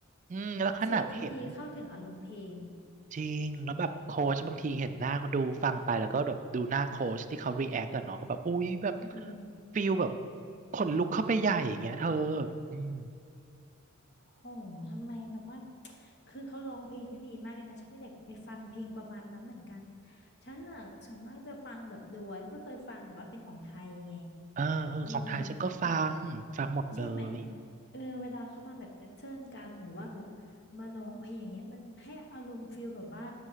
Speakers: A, on the right (about 35°); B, on the left (about 50°).
A: อืมแล้วขนาดเห็น
B: เสียงเขาดีเข้าถึงอารมณ์เพลง
A: จริงแล้วแบบโค้ชบางทีเห็นหน้าเขาดูฟังไปแล้วก็แบบดูหน้าโค้ชที่เขารีแอคกันเนาะเขาแบบอุ้ยแบบ
B: อืมอืม
A: ฟิลแบบขนลุกเข้าไปใหญ่อย่างเงี้ยเธออืม
B: โหทำไมแบบว่าคือเขาร้องเพลงได้ดีมากเลยนะฉันก็อยากไปฟังเพลงประมาณนั้นเหมือนกันฉันอ่ะส่วนมากจะฟังแบบด้วยก็เคยฟังแต่ว่าเป็นของไทยไง
A: เออเออของไทยฉันก็ฟังฟังหมดเลย
B: เออและใช่ไหมเออเวลาเขามาแบบแบทเทิลกันหรือว่าแบบมาร้องเพลงอย่างเงี้ยมันให้อารมณ์ฟิลแบบว่า